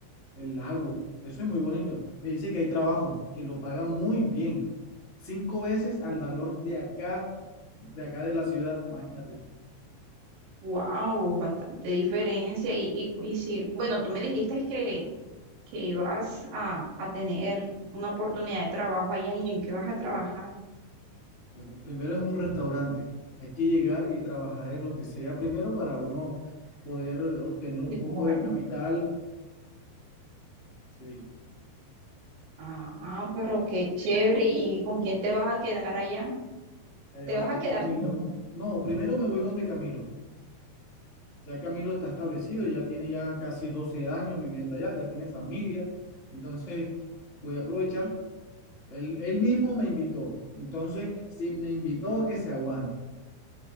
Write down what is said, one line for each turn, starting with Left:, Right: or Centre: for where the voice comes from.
Left: el lago. Eso es muy bonito. Me dice que hay trabajo, que lo pagan muy bien. Cinco veces al valor de acá, de acá de la ciudad. Imagínate tú.
Right: wow, bastante diferencia. Y, y, y sí, bueno, tú me dijiste que, que ibas a, a tener una oportunidad de trabajo allá y en qué vas a trabajar.
Left: Bueno, primero es un restaurante. Hay que llegar y trabajar en lo que sea primero para uno poder obtener un
Right: Sí,
Left: poco
Right: claro.
Left: de capital. Sí.
Right: Ah, pero qué chévere. ¿Y con quién te vas a quedar allá?
Left: Allá
Right: ¿Te
Left: va
Right: vas
Left: a estar
Right: a quedar?
Left: Camilo.
Right: sola?
Left: No, primero me voy donde Camilo. Ya Camilo está establecido, ya tiene ya casi 12 años viviendo allá, ya tiene familia. Entonces, voy a aprovechar. Él, él mismo me invitó. Entonces, si me invitó, que se aguante.